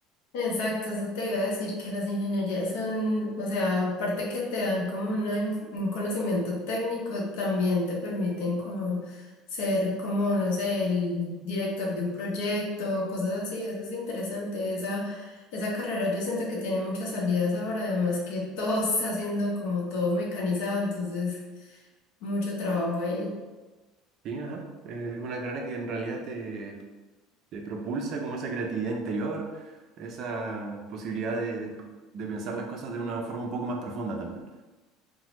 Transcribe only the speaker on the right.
Sí, ajá. eh, Es una carrera que en realidad te te propulsa como esa creatividad interior, esa posibilidad de, de pensar las cosas de una forma un poco más profunda también.